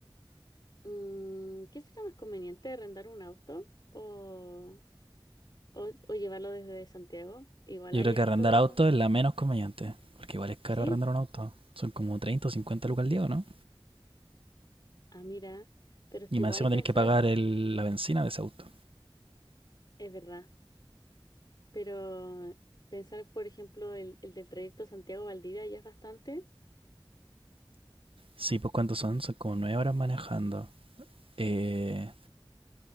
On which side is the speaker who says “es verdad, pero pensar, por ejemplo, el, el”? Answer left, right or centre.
Left